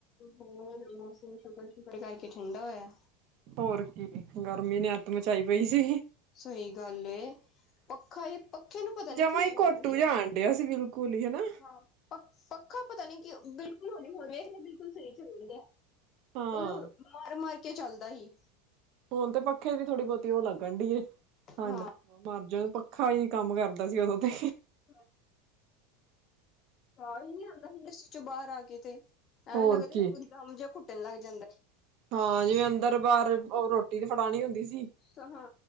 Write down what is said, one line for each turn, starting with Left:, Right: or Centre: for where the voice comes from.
Left: ਮੌਸਮ ਸ਼ੁਕਰ ਸ਼ੁਕਰ ਕਰਕੇ ਠੰਡਾ ਹੋਇਆ
Right: ਹੋਰ ਕੀ ਗਰਮੀ ਨੇ ਅੱਤ ਮਚਾਈ ਪਈ ਸੀ
Left: ਸਹੀ ਗੱਲ ਪੱਖਾ ਪੱਖੇ ਨੂੰ ਪਤਾ ਨੀ
Right: ਜਮਾ
Left: ਕੀ ਹੋ
Right: ਹੀ
Left: ਜਾਂਦਾ
Right: ਘੋਟੂ
Left: ਸੀ
Right: ਜਾਣ ਡਿਆ ਸੀ ਬਿਲਕੁਲ ਹੀ ਹਨਾ
Left: ਹਾਂ ਪੱਖਾ ਪਤਾ ਨੀ ਬਿਲਕੁਲ ਹ ਹ ਵੇਖ ਬਿਲਕੁਲ ਸਹੀ ਚ ਰਦੇ
Right: ਹਾਂ
Left: ਉਹਦ ਮਾਰ ਮਰ ਕੇ ਚੱਲਦਾ ਸੀ
Right: ਹੁਣ ਤੇ ਪੱਖੇ ਵੀ ਥੋੜੀ ਬਹੁਤੀ ਉਹ ਲੱਗਣ ਏ ਠੰਡ
Left: ਹਾਂ।
Right: ਮਰਜਾਣਾ ਪੱਖਾ ਹੀ ਨੀ ਕੰਮ ਕਰਦਾ ਸੀ ਓਦੋਂ ਤੇ
Left: <unintelligible> ਸਾਹ ਹੀ ਨੀ ਆਉਂਦਾ। ਇੰਡਸਟਰੀ ਚੋਂ ਬਾਹਰ ਆ ਕੇ ਤੇ
Right: ਹੋਰ
Left: ਐਵੇਂ ਲੱਗਦਾ,
Right: ਕੀ
Left: ਦਮ ਜਿਹਾ ਘੁੱਟਣ ਲੱਗ ਜਾਂਦਾ।
Right: ਹਾਂ, ਜਿਵੇਂ ਅੰਦਰ-ਬਾਹਰ ਉਹ ਰੋਟੀ ਤੇ ਫੜਾਉਣੀ ਹੁੰਦੀ ਸੀ।
Left: ਸ਼ਾ ਹਨਾ